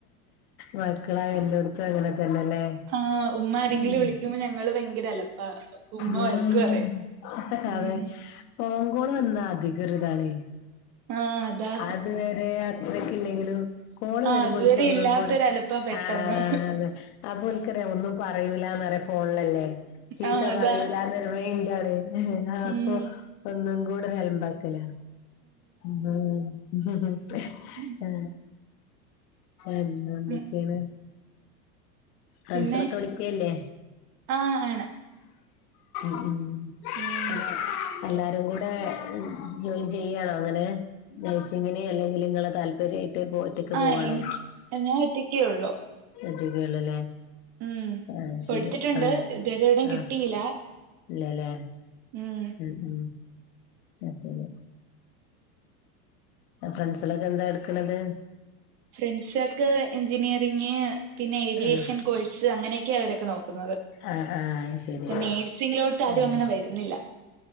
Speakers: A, on the left; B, on the right.
A: മക്കളാ എല്ലടത്തും അങ്ങനെ എന്നല്ലെ
B: ആഹ് ഉമ്മ ആരെങ്കിലും
A: ഉം
B: വിളിക്കുമ്പോ ഞങ്ങള് ഭയങ്കര അലപ്പാ അപ്പൊ ഉമ്മ
A: ഉം
B: വഴക്ക് പറയും
A: <unintelligible>
B: ഉം
A: കോകോട് വന്നാ അധികം ഒരുതാണ്
B: ആഹ് അതാ
A: അത്‌വരെ അത്ര ഇല്ലെങ്കിലും കോള്
B: ആഹ്
A: വരുമ്പോല
B: അതുവരെ
A: ഒന്നും
B: ഇല്ലാത്തൊരലപ്പാ
A: കൂടെ
B: പെട്ടെന്ന്
A: ആ ആ അപ്പോ ഓൾക്കറിയാംഒന്നും പറയൂല ഇല്ലാന്നറിയാം ഫോണിലല്ലേ ചീത്ത
B: ആഹ് അതാ
A: പറയൂല എന്ന് മെയിൽ ഇതാണ് അപ്പൊ
B: ഉം
A: ഒന്നും കൂടി <unintelligible> അലമ്പക്കല ഉം ഹുംഹും
B: ഉം
A: അ എന്താ എന്തൊക്കെയാണ്
B: ഉം
A: ഫ്രണ്ട്സിലൊക്കെ
B: പിന്നെ
A: വിളിക്കല്ലേ
B: ആ ആണ്.
A: ഉ ഉ
B: ഉം
A: ഹലോ എല്ലാരും കൂടെ ജോയിൻചെയ്യാണോ അങ്ങനെ നഴ്സിങ്ങിനെ അല്ലെങ്കിൽ നിങ്ങളെ താല്പര്യയിട്ട് ഒറ്റക്ക്
B: ആ
A: പോവാണോ
B: എനിക്ക് ഞാൻ ഒറ്റക്കേ ഒള്ളൂ.
A: തറ്റുകളല്ലേ
B: ഉം
A: ആ ശ
B: കൊടുത്തിട്ടുണ്ട്
A: രി സ
B: ഇതുവരെ എവിടെയും
A: ആ
B: കിട്ടിയില്ല.
A: ഇല്ലല്ലേ
B: ഉം
A: ഉ ഉ അന്ന ശരി ഫ്രണ്ട്സിലൊക്കെ എന്താ എടുക്കണത്
B: ഫ്രണ്ട്സ ഒക്കെ എഞ്ചിനീയറിങ് പിന്നെ ഏവിയേഷൻ
A: ആഹ്
B: കോഴ്സ് അങ്ങനെയൊക്കെയ അവരൊക്കെ നോക്കുന്നത്
A: ആഹ് ആഹ് ശരി
B: മറ്റെ നേഴ്സിംഗിലോട്ട് ആരും
A: ആഹ്
B: അങ്ങനെ വരുന്നില്ല